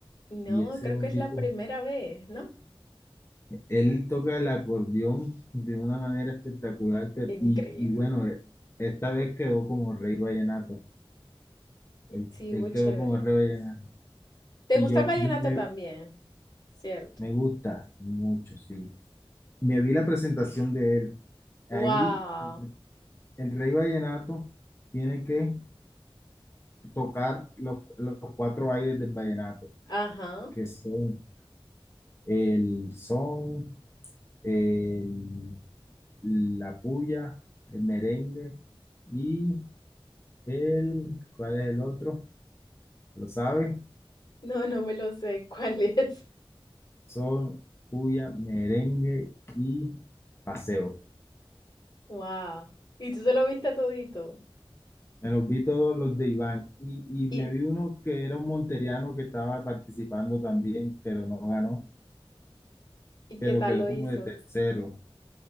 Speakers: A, on the left; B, on the left.
A: No,
B: Y ese
A: creo
B: es un
A: que es
B: tipo,
A: la primera vez, ¿no?
B: él toca el acordeón de una manera espectacular. pero-
A: Increíble.
B: y, y bueno, eh, esta vez quedó como rey vallenato. Él,
A: Sí,
B: él
A: muy chévere.
B: quedó como rey vallenato.
A: ¿Te
B: Y
A: gusta
B: yo,
A: el vallenato
B: yo me
A: también? Cierto.
B: Me gusta mucho, sí. Me vi la presentación de él.
A: Wow.
B: Ahí el, el Rey Vallenato tiene que tocar los, los cuatro aires del vallenato,
A: Ajá.
B: que son el son, el, la puya, el merengue y el, ¿cuál es el otro? ¿Lo sabe?
A: No, no me lo sé. ¿Cuál es? <laughs>
B: Son puya, merengue y paseo.
A: Wow. ¿Y tú se lo viste todito?
B: Me los vi todos los de Iván. Y, y
A: ¿Y,
B: me vi uno que era un monteriano que estaba participando también, pero no ganó,
A: y
B: pero
A: qué tal
B: quedó
A: lo
B: como
A: hizo?
B: de tercero.